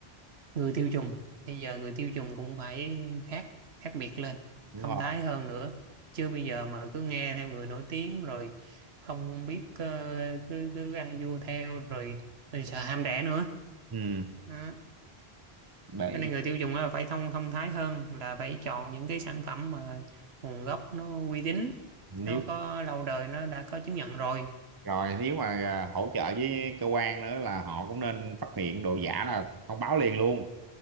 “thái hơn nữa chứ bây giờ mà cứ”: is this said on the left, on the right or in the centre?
Right